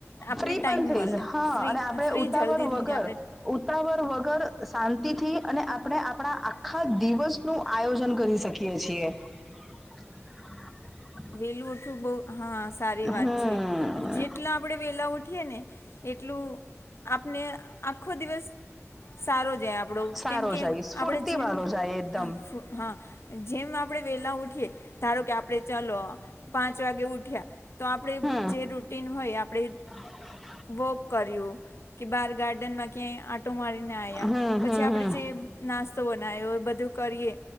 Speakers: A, on the left; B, in the centre.
A: આપને
B: ફ્રી
A: ટાઈમ
B: પણ થઈ
A: મળે
B: જ હા
A: ફ્રી
B: અને આપડે
A: ફ્રી
B: ઉતાવળ
A: જલ્દી
B: વગર.
A: થઈ જાય આપણે
B: ઉતાવળ વગર શાંતિથી અને આપણે આપણા આખા દિવસ નું આયોજન કરી શકીએ છીએ. <inaudible>
A: વેલું ઓઠું બહુ હા સારી વાત
B: હમ
A: છે જેટલા આપણે વેલા ઉઠીએ ને એટલું આપને આખો દિવસ સારો જાય આપડો
B: સારો
A: કેમ કે
B: જાય સ્ફૂર્તિ
A: આપડે જેમ
B: વાળો જાય એકદમ
A: હ હા જેમ આપડે વેલા ઉઠીએ ધારો કે આપડે ચાલો પાંચ વાગે ઉઠ્યા તો આપણે
B: હમ
A: જે રૂટીન હોય આપણે
B: <inaudible>
A: વોક કર્યું કે બહાર ગાર્ડનમાં ક્યાંય આંટો મારીને આવ્યા
B: હમ
A: પછી
B: હમ
A: આપણે
B: હમ
A: જે નાસ્તો બનાવ્યોય બધું કરીએ